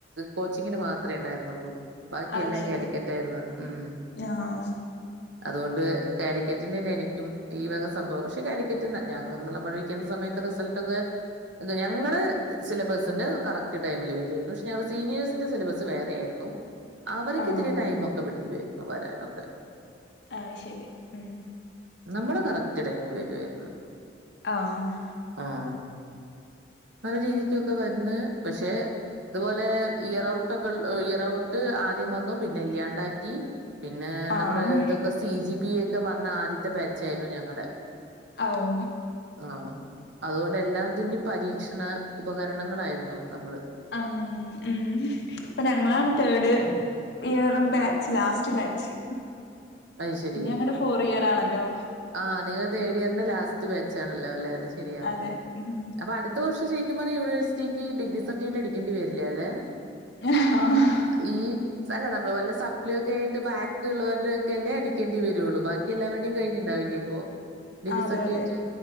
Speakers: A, on the right; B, on the left.
A: കോച്ചിങ്ങിന് മാത്രെ ഇണ്ടായിരുന്നുള്ളൂ ബാക്കിയെല്ലാം
B: ആഹ് ശരി
A: കാലിക്കറ്റായിരുന്നു ഉം
B: ആഹ്
A: അതുകൊണ്ട് കാലിക്കറ്റിന്റെന്നെ എനിക്കും ഈ വക സംഭവം പക്ഷെ കാലിക്കറ്റ്ന്ന് ഞങ്ങന്നുള്ള പഠിക്കുന്ന സമയത്ത് റിസൾട്ടൊക്കെ ഞങ്ങള് സിലബസിന്റെ കറക്റ്റ് ടൈമിൽ വരുരുന്നു പക്ഷെ ഞങ്ങളുടെ സീനിയേഴ്സിന്റെ സിലബസ് വേറെ ആയിരുന്നു
B: <inaudible>
A: അവര്ക്ക്ത്തിരി
B: ആഹ്
A: ടൈമൊക്കെ പിടിക്കുവായിരുന്നു വരാനൊക്കെ
B: ആയ്ശരി ഉം
A: നമ്മടെ കറക്റ്റ് ടൈമിൽ വെരുവായിരുന്നു
B: ആഹ്
A: ആഹ് നല്ല രീതിക്കൊക്കെ വന്ന് പഷെ അതുപോലെ ഇയറൗട്ടൊക്കെ ഇയറ് ഔട്ട് ആദ്യം വന്നു പിന്നെ ഇല്യാണ്ടാക്കി പിന്നെ
B: ആഹ്
A: നമ്മുടെ ഇതൊക്കെ സി ജി പി എക്കെ വന്ന ആദ്യത്തെ ബാച്ചായിരുന്നു ഞങ്ങടെ
B: അ ഓ
A: ആഹ് അതുകൊണ്ട് എല്ലാത്തിന്റെ പരീക്ഷണ ഉപകരണങ്ങളായിരുന്നു നമ്മള്
B: ആഹ് ഉം ഇപ്പൊ ഞങ്ങളാണ് തേർഡ് ഇയറും ബാച്ച് ലാസ്റ്റ് ബാച്ച്
A: അത് ശരി
B: ഇനിയങ്ങട് ഫോർ ഇയർ ആണല്ലോ
A: ആഹ് നിങ്ങ തേർഡ് ഇയറിന്റെ ലാസ്റ്റ് ബേച്ചാണല്ലോ അല്ലേ അത് ശരിയാ
B: അതെ ഉം
A: അപ്പൊ അടു ത്ത വർഷം ശരിക്കും പറഞാ യൂണേഴ്റ്റിക്ക് ഡിഗ്ര സർട്ടിഫിക്കറ്റ് അടിക്കേണ്ടി വരില്ല ല്ലേ
B: <unintelligible>
A: ഈ അല്ല നമ്മള് വല്ല സപ്ലീ ഒക്കെ ആയിട്ട് ബാക്ക് ഇള്ളവരുടെ ക്കെല്ലേ അടിക്കേണ്ടി വരൂള്ളൂ ബാക്കി എല്ലാവരുടെ കഴിഞ്ഞുണ്ടാവില്ലേ ഇപ്പോ ഡിഗ്രി
B: ആഹ് അതെ
A: സർട്ടിഫിക്കറ്റ്
B: അതെ